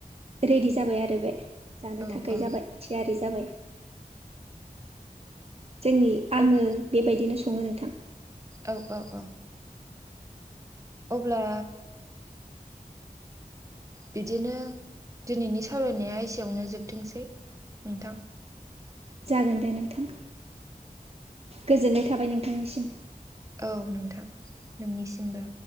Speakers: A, on the right; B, on the right.
A: रेडि जाबाय आरो बे। जानो
B: औ
A: थाखाय
B: औ
A: जाबाय थियारि जाबाय। जोंनि आङो
B: अब
A: बेबायदिनो सङो। थां
B: औ औ औ अब्ला बिदिनो दिनैनि सावरायनाया एसेयावनो जोबथोंसै नोंथां
A: जागोन दे नोंथां गोजोननाय थाबाय नोंथांनिसिम
B: औ नोंथां नोंनिसिमबो